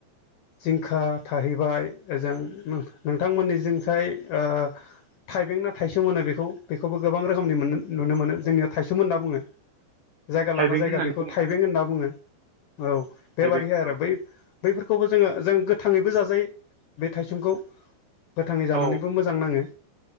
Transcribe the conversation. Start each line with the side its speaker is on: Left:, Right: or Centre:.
Left: जिंखा थाहैबाय ओजों नों नोंथांमोननिजोंहाय ओ थाइबें ना थाइसोम होनो बेखौ बेखौबो गोबां रोखोमनि मोनोन नुनो मोनो
Right: औ
Left: जोंनिया थाइसोम होनना बुङो जायगा
Right: थाइबें
Left: लाना जायगा
Right: होननानै
Left: बेखौ
Right: बुङो
Left: थाइबें होनना बुङो। औ बेबादि
Right: थाइबें
Left: आरो
Right: औ
Left: बै बैफोरखौबो जोङो जों गोथाङैबो जाजायो बे थाइसुमखौ गोथाङै जानानैबो
Right: औ
Left: मो मोजां नाङो